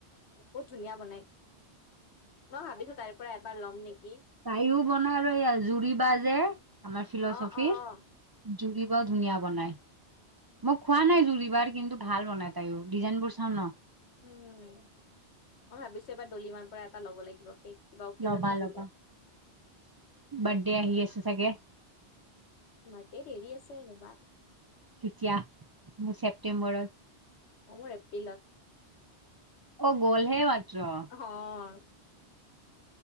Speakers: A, on the left; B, on the right.
A: বহুত ধুনীয়া বনাই মই ভাবিছো তাইৰ পৰা এবাৰ লম নেকি
B: তাইও বনা আৰু এই জুৰি বা যে আমাৰ ফিলচফিৰ
A: উম
B: জুৰি বাও ধুনীয়া বনাই মই খোৱা নাই জুৰি বাৰ কিন্তু ভাল বনাই তাইও ডিজাইন বোৰ চাওঁ ন।
A: উম মই ভাবিছো এবাৰ দলিমাৰ পৰা এটা ল'ব লাগিব কেক। কিবা অকেজন
B: ল'বা
A: থাকিলে।
B: ল'বা বাৰ্থডে আহি আছে চাগে।
A: বাৰ্থডে দেৰি আছে ৰবা।
B: কেতিয়া মোৰ ছেপটেম্বৰত।
A: অ মোৰ এপ্ৰিলত।
B: অ' গ'লহে মাত্ৰ।
A: অ